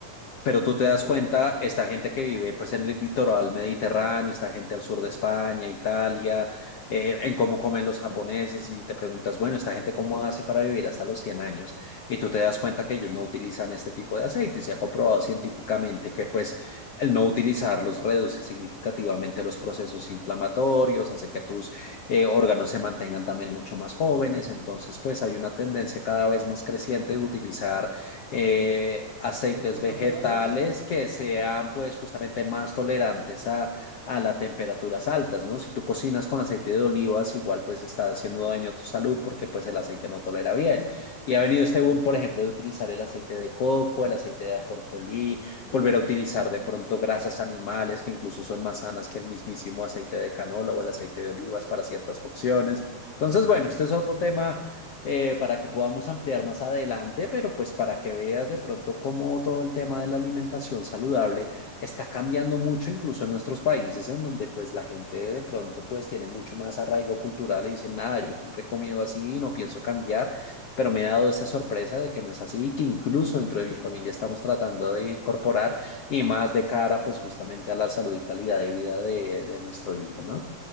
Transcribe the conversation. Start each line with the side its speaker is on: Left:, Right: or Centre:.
Left: Pero
Right: Mm,
Left: tú te das
Right: cierto.
Left: cuenta,
Right: su-
Left: esta gente que vive pues en el litoral mediterráneo, esta gente al sur de España, Italia, eh, en cómo comen los japoneses y te preguntas, bueno, esta gente cómo hace para vivir hasta los 100 años y tú te das cuenta que ellos no utilizan este tipo de aceites. Se ha comprobado científicamente que pues el no utilizarlos reduce significativamente los procesos inflamatorios, hace que tus eh, órganos se mantengan también mucho más jóvenes. Entonces pues hay una tendencia cada vez más creciente de utilizar eh, aceites
Right: Productos
Left: vegetales
Right: naturales,
Left: que sean pues justamente más tolerantes a, a las temperaturas altas, ¿no? Si tú cocinas con aceite de olivas, igual pues está haciendo daño a tu salud porque pues el aceite no tolera bien. Y ha venido este boom, por ejemplo, de utilizar el aceite de coco, el aceite de ajonjolí, volver a utilizar de pronto grasas animales que incluso son más sanas que el mismísimo aceite de canola o el aceite de olivas para ciertas funciones. Entonces, bueno, este es otro tema eh, para que podamos ampliar más adelante, pero pues para que veas de pronto cómo todo el tema de la alimentación saludable está cambiando mucho, incluso en nuestros países, en donde pues la gente de pronto pues tiene mucho más arraigo cultural y dicen, nada, yo siempre he comido así, no pienso cambiar, pero me he dado esa sorpresa de que no es así y que incluso dentro de mi familia estamos tratando de incorporar y más de cara pues justamente a la salud y calidad de vida de, de nuestro hijo, ¿no?